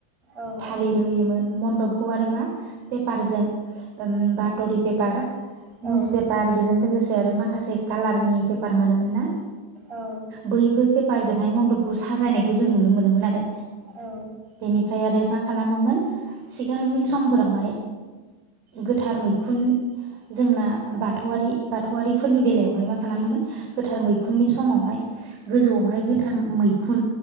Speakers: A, in the centre; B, on the right (about 35°).
A: औ
B: थालिर
A: औ
B: होयोमोन म्न्दप। बेखौ आरो मा पेपारजों बात'रि पेपार निउस
A: औ नोंथां
B: पेपार बेजों लोगोसे आरो मा माखासे कालारनि पेपार मोनोमोन ना?
A: औ
B: बैफोर पेपारजोंहाय मनडपखौ साजायनायखौ जों नुनो मोनोमोन आरो,
A: औ
B: बेनिफ्राय आरो मा खालामोमोन सि सिगांनि समफोरावहाय गोथार मैखुन, जोंना बाथौआरि बाथौआरि फोरनि बेलायावहाय मा खालामोमोन गोथार मैखुननि समावहाय गोजौआवहाय गोथार मैखुन